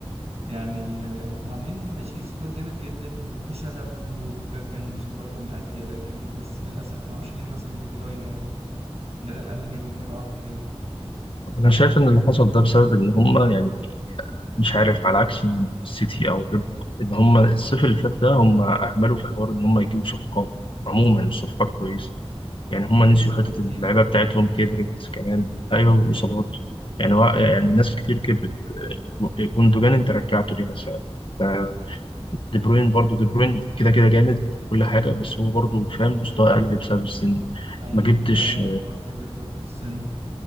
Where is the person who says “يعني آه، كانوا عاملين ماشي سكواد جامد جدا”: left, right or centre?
Right